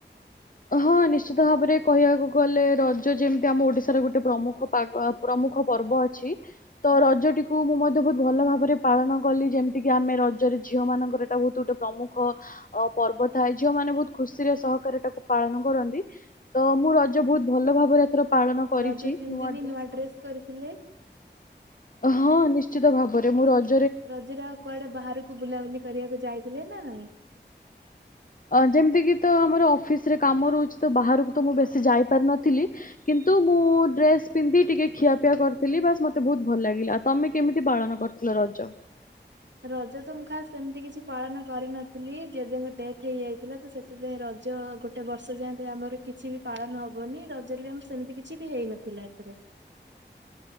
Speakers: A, on the left (about 45°); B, on the right (about 75°).
A: ହଁ ନିଶ୍ଚିତ ଭାବରେ କହିବାକୁ ଗଲେ ରଜ ଯେମତି ଆମ ଓଡ଼ିଶାର ଗୋଟେ ପ୍ରମୁଖ ପାଗ ଆ ପ୍ରମୁ ମୁଖ ପର୍ବ ଅଛି ତ ରଜଟିକୁ ମୁଁ ମଧ୍ୟ ବୋହୁତ ଭଲ ଭାବରେ ପାଳନ କଲି ଯେମତି କିି ଆମେ ରଜ ଚାରି ଝିଅମାନଙ୍କର ଏଟା ଭୋଉତୁ ଗୋଟେ ପ୍ରମୁଖ ଅ ପର୍ବ ଥାଏ ଝିଅମାନେ ବୋହୁତ ଖୁସିରେ ସହକାରେ ଏଟାକୁ ପାଳନ କରନ୍ତି ତ ମୁଁ ରଜ ବୋହୁତ ଭଲ ଭାବରେ ଏଥର ପାଳନ କରିଚି
B: ରଜ ତିନି
A: ନୂଆ
B: ଦିନ
A: ଡ୍ରେସ୍ ମଧ୍ୟ
B: ଡ୍ରେସ କରିଥିଲେ।
A: ହଁ ନିଶ୍ଚିତ ଭାବରେ ମୁଁ ରଜ୍
B: ରଜରେ ଆଉ କୁଆଡ଼େ ବାହାରୁକୁ ବୁଲାବୁଲି କରିବାକୁ ଯାଇଥିଲେ ନାଇଁ?
A: ଅ ଯେମତି କି ତ ଆମର ଅଫିସ୍ ରେ କାମ ରହୁଚି ତ ବାହାରୁକୁ ତ ମୁଁ ବେଶି ଯାଇପାରି ନଥିଲି କିନ୍ ତୁ ମୁଁ ଡ୍ରେସ୍ ପିନ୍ଧି ଟିକେ ଖିଆପିଆ କରିଥିଲି ବାସ୍ ମୋତେ ବୋହୁତ ଭଲ ଲାଗିଲା। ଆ ତମେ କେମିତି ପାଳନ କର୍ ଲ ରଜ।
B: <inaudible> ରଜ ତ ମୁଁ ଖାସ୍ ଏମତି କିଛି ପାଳନ କରିନଥିଲି ଜେଜେଙ୍କ ଡେଥ୍ ହେଇଯାଇଥିଲା ତ ସେଥିପାଇଁ ର ଜ ଗୋଟେ ବର୍ଷ ଯାଏଁ ତ ଆମର କିଛି ବି ପାଳନ ହବନି ରଜରେ ବି ଆମ ସେମିତି କିଛି ବି ହେଇନଥିଲା ଏଥିରେ। <inaudible>